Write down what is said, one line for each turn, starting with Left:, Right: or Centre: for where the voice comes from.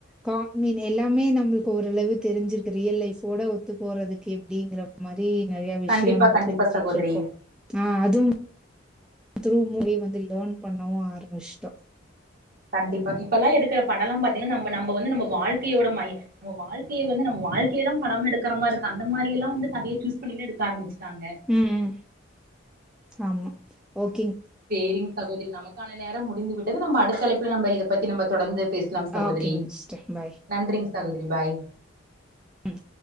Centre: காக்மீன் எல்லாமே நம்மளுக் இப்ப ஓரளவு தெரிஞ்சிருக்கு ரியல் லைஃபோட ஒத்து போறதுக்கு எப்டிங்கற மாரி நெறைய விஷயோ
Right: கண்டிப்பா
Centre: நம்ம
Right: கண்டிப்பா
Centre: தெரிஞ்சுட்ருக்கோ
Right: சகோதரி
Centre: ஆ அதுவு த்ரூ மூவி வந்து லேர்ன் பண்ணவு ஆரம்பிச்ட்டோ
Right: கண்டிப்பா இப்பெல்லா எடுக்கிற படல்லா பாத்தீங்கன்னா நம்ம நம்ம வந்து நம்ம வாழ்கையோட மய் நம்ம வாழ்கைய வந்து நம்ம வாழ்க்கை இடம் படமெடுத் க்கற மாரி இருக்கு அந்த மாரி எல்லா வந்து கதைய சூஸ் பண்ணிலா எடுக்க ஆரம்பிச்சுட்டாங்க
Centre: ம், ம். ஆமா ஓக்
Right: சேரிங்க சகோதரி நமக்கான நேரம் முடிந்து விட்டது நம்ம அடுத்த அழைப்புல நம்ம இத பத்தி நம்ம தொடர்ந்து பேசலாம் சகோதிரி
Centre: ஆ ஓகேங் சிஸ்டர் பாய்.
Right: நன்றிங் சகோதரி பாய்
Centre: ம்.